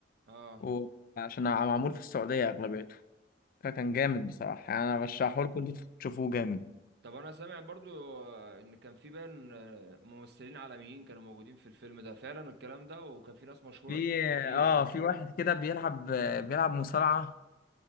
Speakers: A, on the right; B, on the left.
A: اه
B: وعشان معمول في السعوديه اغلبيته فكان جامد بصراحه يعني انا برشحه لكم انتوا تشوفوه جامد
A: طب انا سامع برضو آه، ان كان في بان آه، ممثلين عالميين كانوا موجودين في الفيلم ده فعلا الكلام ده وكان في ناس مشهوره
B: في
A: كتير
B: اه
A: يعني
B: في واحد كده بيلعب بيلعب مصارعة